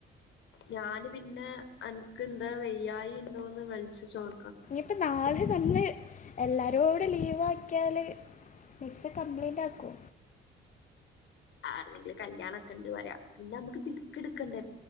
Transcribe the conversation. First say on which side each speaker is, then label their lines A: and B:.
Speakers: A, on the left; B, on the left.
A: ഞാന് പിന്നെ എനക്ക് എന്താ വയ്യായി ഉണ്ടോന്ന് വിളിച്ചു ചോദ
B: പ്പോ നാളെ നമ്മള് എല്ല ഒരൂട് ലീവ് ആക്കിയാല് നിസ് കംപ്ലൈയിൻറ് ആക്കോ
A: ആരെങ്കിലും കല്യാണ ഒക്കെ ഇണ്ട് പറരാ പിന്നെ നമുക്ക് പിക്ക് എടുക്കണ്ടേ